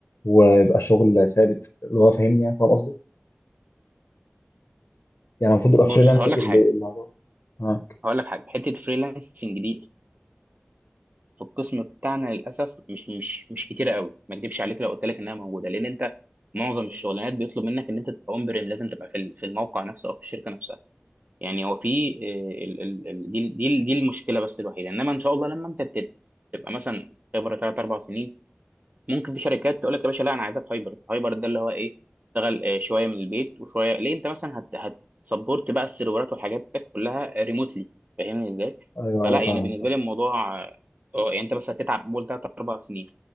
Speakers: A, on the left; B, on the right.
A: ويبقى شغل ثابت اللي هو فاهمني يعني فاهم قصدي يعني المفروض يبقى
B: بص
A: فريلانسنج
B: هقول لك
A: اللي
B: حاجه
A: اللي هدور اه
B: هقول لك حاجه حته فريلانسنج دي في القسم بتاعنا للاسف مش مش مش كتير قوي ما اكدبش عليك لو قلت لك انها موجوده لان انت معظم الشغلانات بيطلب منك ان انت تبقى اون بريم لازم تبقى في ال- في الموقع نفسه او في الشركه نفسها يعني هو في آه، ال- ال- ال- دي دي دي المشكله بس الوحيده انما ان شاء الله لما انت تت- تبقى مثلا خبره 3 4 سنين ممكن في شركات تقول لك يا باشا لا انا عايزك هايبرد هايبرد ده اللي هو ايه اشتغل آه، شويه من البيت وشويه ليه انت مثلا هت هتسبورت بقى السيرفرات والحاجات دي كلها ريموتلي فاهمني ازاي
A: ايوه
B: فلا
A: ايوه
B: يعني
A: فاهمك
B: بالنسبه
A: فاهم
B: لي الموضوع آه، آه، يعني انت بس هتتعب اول ثلاث اربع سنين